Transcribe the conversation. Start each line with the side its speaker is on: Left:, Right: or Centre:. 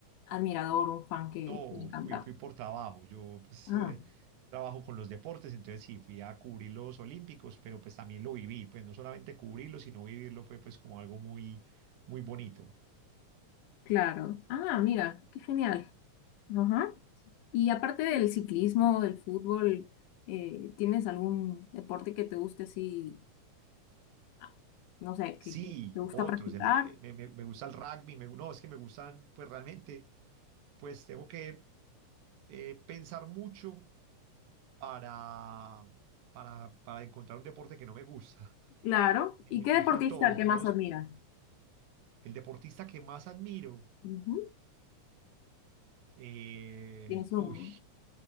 Left: admirador, un fan que
Right: No,
Left: le encanta.
Right: fui, fui por trabajo, yo pues,
Left: Ah,
Right: eh, trabajo con los deportes, entonces sí, fui a cubrir los Olímpicos, pero pues también lo viví, pues no solamente cubrirlo, sino vivirlo fue pues como algo muy, muy bonito.
Left: claro. Ah, mira, qué genial. Ajá. Y aparte del ciclismo, del fútbol, eh, ¿tienes algún deporte que te guste así, ah, no sé,
Right: Sí,
Left: que que te gusta
Right: otros.
Left: practicar?
Right: El, r- eh, me, me- me gusta el rugby. Me, no, es que me gustan, pues realmente, pues tengo que eh, pensar mucho para, para, para encontrar un deporte que no me gusta. <laughs>
Left: Claro.
Right: Me,
Left: ¿Y
Right: me
Left: qué
Right: gustan
Left: deportista
Right: todos,
Left: el que
Right: a
Left: más
Right: todos.
Left: admiras?
Right: El deportista que más admiro,
Left: Ujú.
Right: eh,
Left: Tienes un
Right: uy,